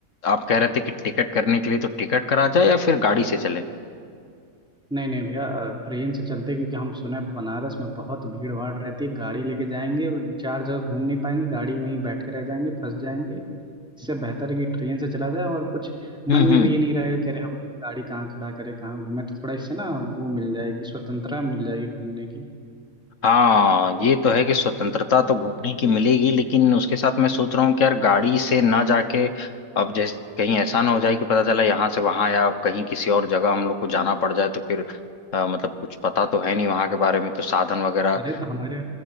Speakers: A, on the left (about 60°); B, in the centre.
A: आप कह रहे थे कि टिकट करने के लिए तो टिकट करा जाए या फिर गाड़ी से चले
B: नहीं नहीं भैया अ, ट्रेन से चलते हैं, क्योंकि हम सुना है बनारस में बहुत भीड़ भाड़ रहती है गाड़ी लेके जाएंगे चार जगह घूम नहीं पाएंगे गाड़ी में ही बैठे रह जाएंगे फंस जाएंगे इससे बेहतर है कि ट्रेन से चला जाए और कुछ मन
A: हम्म
B: में
A: हम्म
B: भी ये नहीं रहेगा कि अरे हम गाड़ी कहाँ खड़ा करें कहाँ घूमें तो थोड़ा इससे ना वो मिल जाएगी स्वतंत्रता मिल जाएगी घूमने की
A: हाँ ये तो है कि स्वतंत्रता तो घूमने की मिलेगी लेकिन उसके साथ मैं सोच रहा हूँ कि यार गाड़ी से ना जाके अब जैसे कहीं ऐसा ना हो जाए कि पता चला यहाँ से वहां या कहीं किसी और जगह हम लोग को जाना पड़ जाए तो फिर अ, मतलब कुछ पता तो है नहीं वहां के बारे में तो साधन वगैरह
B: अरे तो हमारे